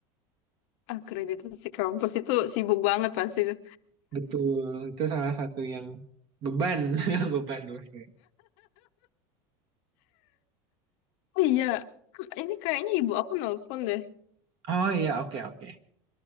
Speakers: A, on the left; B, on the right.
A: Akreditasi kampus itu sibuk banget pasti itu.
B: Betul, itu salah satu yang beban, <laughs> beban dosen.
A: Oh iya, K- ini kayaknya ibu aku nelpon deh.
B: Oh iya, oke oke.